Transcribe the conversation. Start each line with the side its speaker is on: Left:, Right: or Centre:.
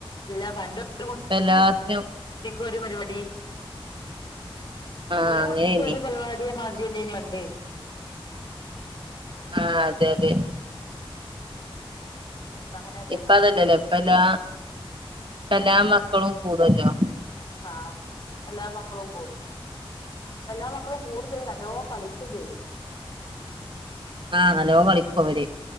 Left: ഇല്ല പണ്ട് ഒരു കുട്ടിക്ക്
Right: ഇപ്പ എല്ലാത്തിനും
Left: ഒരു പര്പാടി
Right: ആഹ്
Left: ഒരു
Right: അങ്ങനെയനി
Left: കുട്ടിക്ക് ഒരു പരിപാടി മാതിരിയല്ലേന്യൊ പണ്ട്?
Right: ആഹ് അതെ അതെ.
Left: ഇപ്പങ്ങനെ
Right: ഇപ്പ അതല്ലല്ലോ ഇപ്പ എല്ലാ ഇപ്പ എല്ലാ മക്കളും കൂടെല്ലോ.
Left: ആഹ് എല്ലാ മക്കളും കൂടും. ഇപ്പെല്ലാ മക്കളും കൂടും ചെയ്യും നല്ലോം കളിക്കും ചെയ്യും.
Right: ആഹ് നല്ലോം കളിക്കും അവര്.